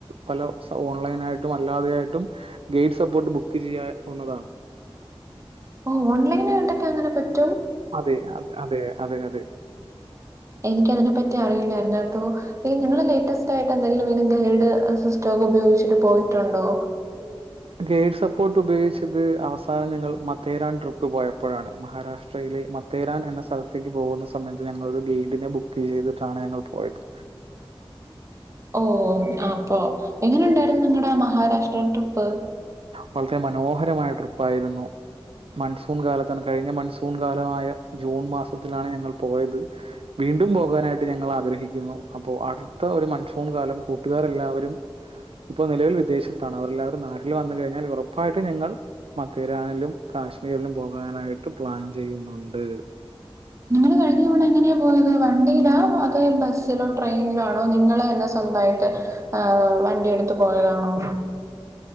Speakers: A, on the right; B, on the right.
A: പല ഓൺലൈൻ ആയിട്ടും അല്ലാതെ ആയിട്ടും ഗൈഡ് സപ്പോർട്ട് ബുക്ക് ചെയ്യാവുന്നതാണ്.
B: ഓ ഓൺലൈൻ ആയിട്ടൊക്കെ അങ്ങനെ പറ്റ്
A: അതെ അത അതെ അതെ അതെ
B: എനിക്ക് അതിനെ പറ്റി അറിയില്ലായിര്ന്ന് കേട്ടോ ഈ നിങ്ങള് ലേറ്റസ്റ്റ് ആയിട്ട് എന്തെങ്കിലും ഇതിന്റെ ഗൈഡ് സിസ്റ്റോക്കെ ഉപയോഗിച്ചിട്ട് പോയിട്ട്ണ്ടോ
A: ഗെയ്ഡ് സപ്പോർട്ട് ഉപയോഗിച്ച് ത് അവസാനം ഞങ്ങൾ മത്തേറാൻ ട്രിപ്പ് പോയപ്പോഴാണ് മഹാരാഷ്ട്രയിലെ മത്തേരാൻ എന്ന സ്ഥലത്തേക്ക് പോകുന്ന സമയത്ത് ഞങ്ങളൊരു ഗൈഡിനെ ബുക്ക് ചെയ്തിട്ടാണ് ഞങ്ങൾ പോയത്
B: ഓ അപ്പൊ എങ്ങനെ ഉണ്ടായിരുന്നു നിങ്ങടെ മഹാരാഷ്ട്ര ട്രിപ്പ്
A: വളരെ മനോഹരമായ ട്രിപ്പായിരുന്നു മൺസൂൺ കാലത്താണ് കഴിഞ്ഞ മൺസൂ സൂൺകാലമായ ജൂൺ മാസത്തിലാണ് ഞങ്ങൾ പോയത് വീണ്ടും പോകാനായിട്ട് ഞങ്ങൾ ആഗ്രഹി ക്കുന്നു അപ്പൊ അടുത്ത ഒരു മൺസൂൺ കാലം കൂട്ടുകാർ എല്ലാവരും ഇപ്പോ നിലവിൽ വിദേശത്താണ് അവരെല്ലാവരും ൽ വന്ന് കഴിഞ്ഞാൽ ഉറപ്പായിട്ട് ഞങ്ങൾ മത്തേരാലും കാശ്മീരിലും പോകാനായിട്ട് പ്ലാൻ ചെയ്യുന്നുണ്ട്.
B: നിങ്ങള് കഴിഞ്ഞ തവണ എങ്ങനെയാ പോയത് വണ്ടിയിലാ അതോ ബസ്സിലോ ട്രെയിനിലോ ആണോ നിങ്ങളെന്നെ സ്വന്തമായിട്ട് ഏ വണ്ടി എട്ത്ത് പോയതാണോ